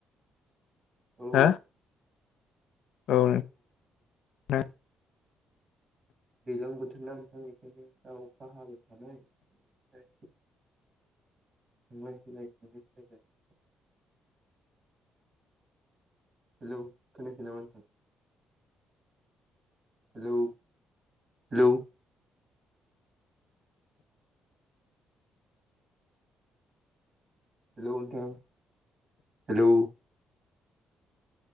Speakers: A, on the right (about 40°); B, on the left (about 75°).
A: औ
B: हा औ नोंथां
A: दैज्लां बोथोर ना नोंथां बेखायनो दा अखा हाबाय थानाय <inaudible> थांलाय फैलाय थांलाय फैलाय जागासिनो दं हेलौ खोनायाखै नामा नोंथां हेलौ हेलौ हेल' नोंथां हेलौ